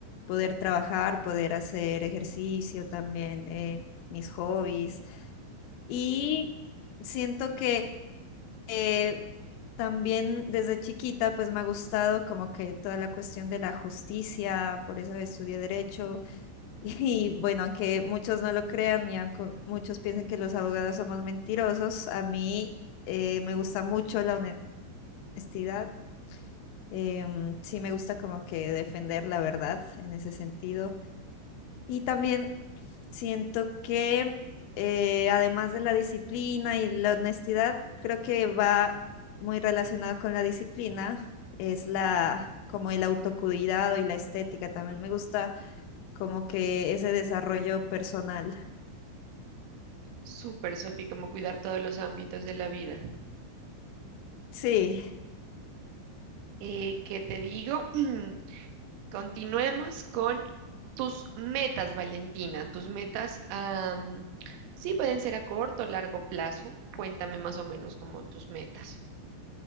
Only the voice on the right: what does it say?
Súper, Sofi, como cuidar todos los ámbitos de la vida.
Eh, ¿qué te digo? <clears throat> Continuemos con tus metas, Valentina. Tus metas, am, sí, pueden ser a corto o largo plazo. Cuéntame más o menos como tus metas.